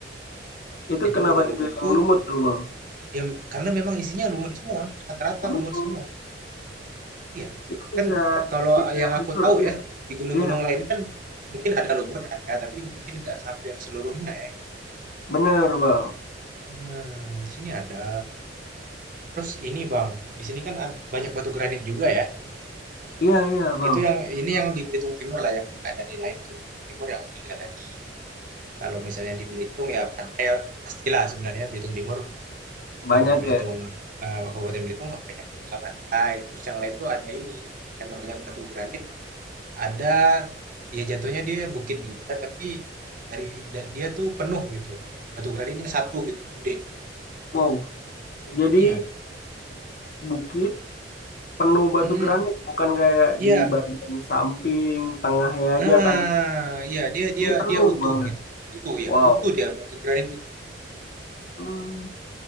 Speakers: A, on the left (about 55°); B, on the right (about 50°).
A: Itu
B: Jadi
A: kenapa
B: Gunung
A: dibilang
B: Lumut tuh,
A: lumut tuh, Bang?
B: ya karena memang isinya lumut semua. Rata-rata
A: Oh,
B: lumut semua. Iya.
A: itu bisa
B: Kan kalau
A: kita
B: yang
A: susur,
B: aku tahu
A: ya.
B: ya, di gunung-gunung
A: Iya,
B: lain kan mungkin ada lumut, ada. Tapi mungkin nggak sampai seluruhnya ya.
A: bener, Bang.
B: Hmm, di sini ada. Terus ini Bang, di sini kan ad- banyak batu granit juga ya.
A: Iya, iya,
B: Itu
A: Bang.
B: yang ini yang di Belitung Timur lah, yang ada di lain tuh di Belitung Timur yang 3 tadi. Kalau misalnya di Belitung ya pantai eh, pastilah sebenarnya Belitung Timur,
A: Banyak
B: eee, Belitung,
A: ya.
B: eee, Kabupaten Belitung banyak juga pantai. Terus yang lain tuh ada ini, karena banyak batu granit, ada ya jatuhnya dia bukit juga tapi dari da dia tuh penuh gitu, batu granitnya satu gitu, gede.
A: Wow. Jadi,
B: Iya,
A: bukit penuh batu
B: mhm,
A: granit bukan kayak
B: iya,
A: di bagian samping tengahnya aja
B: heeh,
A: kan
B: iya, dia dia
A: ini penuh
B: dia utuh
A: banget
B: gitu, utuh ya,
A: wow
B: utuh dia, batu granit utuh.
A: Hmm,